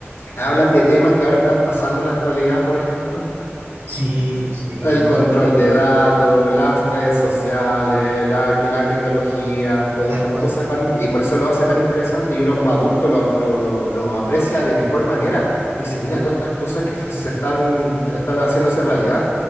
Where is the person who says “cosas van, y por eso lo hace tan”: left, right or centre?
Left